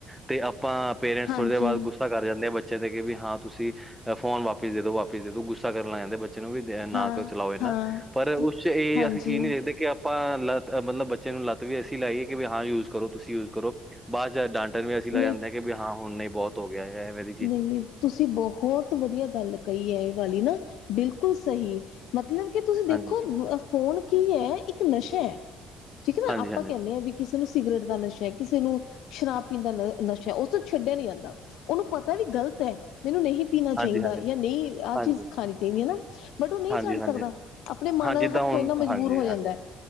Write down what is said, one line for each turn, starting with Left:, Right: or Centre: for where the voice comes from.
Centre: ਤੇ ਆਪਾਂ ਪੇਰੈਂਟਸ
Left: ਹਾਂਜੀ
Centre: ਥੋੜੀ ਦੇਰ ਬਾਦ ਗੁੱ ਸਾ ਕਰ ਜਾਂਦੇ ਆ ਬੱਚਿਆਂ ਦੇ ਵੀ ਹ ਤੁਸੀਂ ਫੋਨ ਵਾਪਿਸ ਦੇ ਦੋ ਵਾਪਿਸ ਦੇ ਦੋ ਗੁੱਸਾ ਕਰਨ ਲਗ ਜਾਂਦੇ। ਬੱਚੇ ਨੂੰ ਵੀ ਨਾ
Left: ਹਾਂ
Centre: ਕੋ ਚਲਾਓ ਏਨਾ
Left: ਹਾਂ
Centre: ਪਰ ਉਸ ਚ ਇਹ
Left: ਹਾਂਜੀ
Centre: ਅਸੀਂ ਚੀਜ਼ ਨਹੀਂ ਦੇਖਦੇ ਕਿ ਆਪਾਂ ਲੱਤ ਮਤਲਬ ਬੱਚੇ ਨੂੰ ਲੱਤ ਵੀ ਅਸੀਂ ਲਾਈਏ ਕਿ ਵੀ ਹਾਂ ਯੂਜ ਕਰੋ ਤੁਸੀਂ ਯੂਜ ਕਰੋ ਬਾਅਦ ਚ ਡਾਂਟ ਵੀ ਅਸੀਂ ਲੱਗ
Left: ਨਹੀਂ
Centre: ਜਾਂਦੇ ਆ ਕਿ ਵੀ ਹਾਂ ਹੁਣ ਨਹੀਂ ਬੋਤ ਹੋ ਗਿਆ ਇਹਵੇਰੀ
Left: ਨਈ ਤੁਸੀਂ ਬਹੁਤ ਵਧੀਆ ਗੱਲ ਕਈ ਐ ਇਹ ਵਾਲੀ ਨਾ ਬਿਲਕੁਲ ਸਹੀ ਮਤਲਬ ਕਿ ਤੁਸੀਂ ਦੇਖੋ
Centre: ਹਾਂਜੀ।
Left: ਅ ਫੋਨ ਕੀ ਐ ਇੱਕ ਨਸ਼ਾ ਐ ਠੀਕ ਐ ਨਾ
Centre: ਹਾਂਜੀ,
Left: ਆਪਾਂ
Centre: ਹਾਂਜੀ,
Left: ਕੇਨੇ ਆ ਵੀ ਕਿਸੇ ਨੂੰ ਸਿਗਰਟ ਦਾ ਨਸ਼ਾ ਐ ਕਿਸੇ ਨੂੰ ਸ਼ਰਾਬ ਪੀਣ ਦਾ ਨਸ਼ਾ ਐ ਉਸ ਤੋਂ ਛੱਡਿਆ ਨੀ ਜਾਂਂਦਾ। ਓਨੂ ਪਤਾ ਵੀ ਗ਼ਲਤ ਐ ਮੈਨੂੰ ਨਹੀਂ ਪੀਣਾ ਚਾਈਦਾ
Centre: ਹਾਂਜੀ, ਹਾਂਜੀ,
Left: ਜਾਂ ਨਹੀਂ ਆਹ
Centre: ਹਾਂਜੀ,
Left: ਚੀਜ਼ ਖਾਣੀ ਚਾਈਦੀ ਐ ਨਾ ਬਟ ਓਹ ਨਈ
Centre: ਹਾਂਜੀ,
Left: ਛੱਡ
Centre: ਹਾਂਜੀ,
Left: ਸਕਦਾ। ਆਪਣੇ ਮਨ
Centre: ਹਾਂ ਜਿੱਦਾਂ
Left: ਹੱਥੋਂ
Centre: ਹੁਣ
Left: ਇੰਨਾ ਮਜ਼ਬੂਰ
Centre: ਹਾਂਜੀ,
Left: ਹੋ
Centre: ਹਾਂਜੀ,
Left: ਜਾਂਦਾ